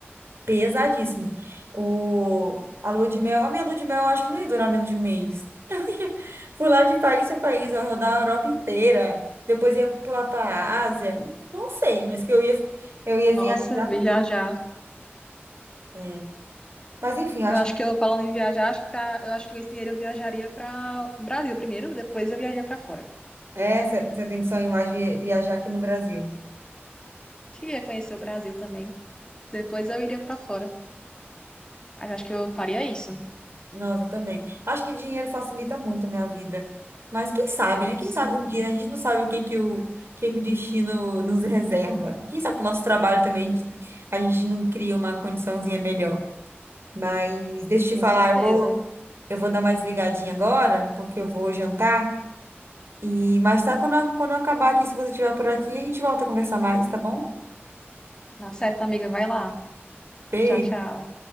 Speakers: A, on the right (about 70°); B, on the left (about 20°).
A: Pesadíssimo. O, a lua de mel, a minha lua de mel, eu acho que não ia durar menos de um mês. <laughs> Eu ia pular de país a país, eu ia rodar a Europa inteira, depois ia pular para a Ásia, não sei, mas que eu ia, eu ia viajar.
B: Nossa, viajar.
A: É. Mas enfim, eu acho
B: Eu acho
A: que
B: que eu falando em viajar, acho que tá, eu acho que esse dinheiro eu viajaria para o Brasil primeiro, depois eu viajaria para fora.
A: essa você tem que sonhar mais vi- viajar aqui no Brasil.
B: Queria conhecer o Brasil também. Depois eu iria para fora. Mas acho que eu faria isso.
A: Nossa, também. Acho que dinheiro facilita muito, né, a vida. Mas quem sabe, né? Quem
B: Sim,
A: sabe um dia, né? a gente não sabe o que que o, que que o destino nos reserva. Quem sabe o nosso trabalho também, a gente não cria uma condiçãozinha melhor. Mas deixa eu
B: com
A: te falar,
B: certeza.
A: eu vou, eu vou dar mais ligadinha agora, porque eu vou jantar. E mais tá quando eu, quando eu acabar aqui, se você estiver por aqui, a gente volta a conversar mais, tá bom?
B: Tá certo, amiga, vai lá.
A: Beijo.
B: Tchau, tchau.